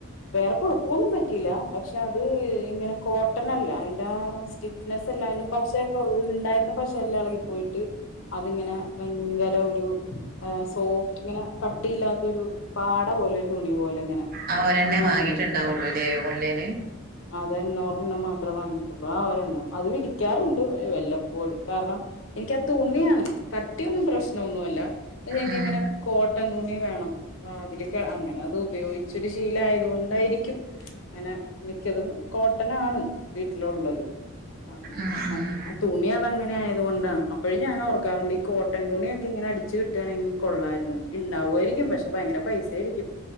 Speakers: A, on the left; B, on the right.
A: വേറെ കൊഴപ്പൊന്നും പറ്റിയില്ല പക്ഷെ അത് ഇങ്ങനെ കോട്ടൺ അല്ല അതിന്റെ സ്റ്റിഫ്നെസ് അല്ല അതിന്റെ പശ - ഉണ്ടായിരുന്നു പശ എല്ലാം ഇളകി പോയിട്ട് അതിങ്ങനെ ഭയങ്കര - ഒരു സോഫ്റ്റ് ഇങ്ങനെ കട്ടിയില്ലാത്ത ഒരു പാട പോലെ ഒരു തുണി പോലെ ഇങ്ങനെ
B: ആ ഒരെണ്ണമേ
A: അങ്ങനായി
B: വാങ്ങീട്ടുണ്ടാവുള്ളു ഇല്ലേ ഓൺലൈന്
A: അത് ഒരെണ്ണം മാത്രേ വാങ്ങിട്ടുള്ളൂ ആ ഒരെണ്ണം അത് വിരിക്കാറുണ്ട് വല്ലപ്പോഴും കാരണം - എനിക്ക് ആ തുണിയാണ് കട്ടിയൊന്നും പ്രശ്നമൊന്നുമല്ല പക്ഷെ എനിക്ക്
B: ഉം
A: ഇങ്ങനെ - കോട്ടൺ തുണി വേണം അതില് അങ്ങനെ അത് ഉപയോഗിച്ച് ഒരു ശീലം ആയതുകൊണ്ടായിരിക്കും - അങ്ങനെ മിക്കതും കോട്ടനാണ് വീട്ടിലുള്ളത് അങ്ങനെ
B: ആഹ്
A: മറ്റ
B: ആഹ്
A: ആ തുണി അത് അങ്ങനെ ആയതുകൊണ്ടാണ് അപ്പോഴും ഞാൻ ഓർക്കാറുണ്ട് ഈ കോട്ടൺ തുണിയൊക്കെ ഇങ്ങനെ അടി- ച്ച് കിട്ടുയാണെങ്കിൽ കൊള്ളാമായിരുന്നു ഇണ്ടാവുയിരിക്കും പക്ഷെ ഭയങ്കര പൈസ ആയിരിക്കും